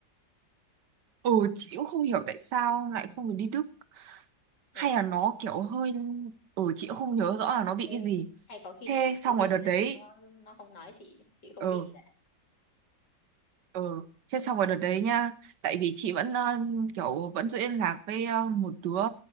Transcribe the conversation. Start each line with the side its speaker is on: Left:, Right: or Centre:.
Right: ừ chị cũng không hiểu tại sao lại không được đi Đức hay
Left: Ừ,
Right: là nó kiểu hơi ừ chị cũng không nhớ rõ là nó bị
Left: thế
Right: cái gì.
Left: hay có khi
Right: Thế
Left: nó bị
Right: xong
Left: cái gì
Right: rồi đợt đấy
Left: khác nó, nó không nói chị, chị không
Right: ừ
Left: biết đấy.
Right: Ừ. Thế xong rồi đợt đấy nha tại vì chị vẫn ờ, kiểu vẫn giữ liên lạc với ờ, một đứa